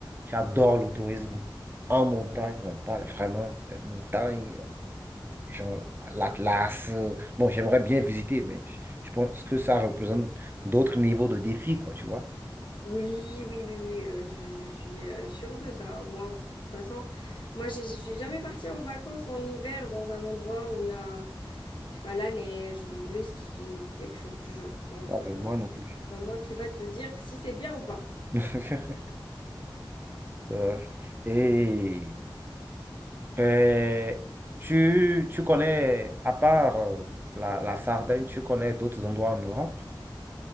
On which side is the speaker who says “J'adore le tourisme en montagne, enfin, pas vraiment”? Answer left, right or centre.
Right